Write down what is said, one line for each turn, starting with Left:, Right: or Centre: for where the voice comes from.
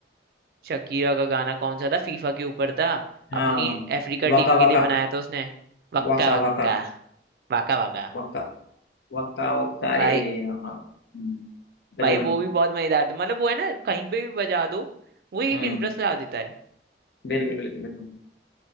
Right: शकीरा का गाना कौन सा था फीफा के ऊपर था
Left: हाँ
Right: अपनी अफ्रीका
Left: वाका
Right: टीम के
Left: वाका
Right: लिए बनाया था उसने वक्का
Left: वाका
Right: वक्का
Left: वाका
Right: वाका वाका
Left: वाका वाका वाका
Right: भाई
Left: ए हाँ हम्म, गजब
Right: भाई वो
Left: गाना
Right: भी बहुत मजेदार था मतलब वो है ना कहीं पे भी बजा दो वो एक
Left: हम्म
Right: इंटरेस्ट ला देता है
Left: बिल्कुल बिल्कुल बिल्कुल